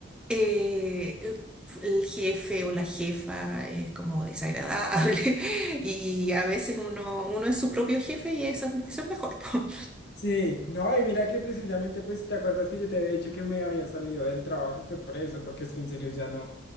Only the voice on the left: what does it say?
Sí, no, y mira que precisamente, pues, ¿te acuerdas que yo te había dicho que me había salido del trabajo? Fue por eso, porque es que en serio ya no,